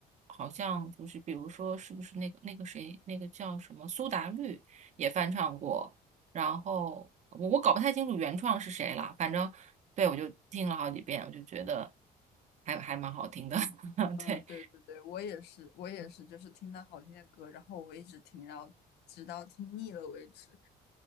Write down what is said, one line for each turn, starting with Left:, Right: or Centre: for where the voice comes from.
Right: 好像就是比如说是不是那个那个谁那个叫什么苏打绿也翻唱过，然后我我搞不太清楚原创是谁了，反正对我就听了好几遍，我就觉得还还蛮好听的，<laughs>
Left: 嗯，
Right: 对。
Left: 对对对，我也是，我也是，就是听到好听的歌，然后我一直听，然后直到听腻了为止。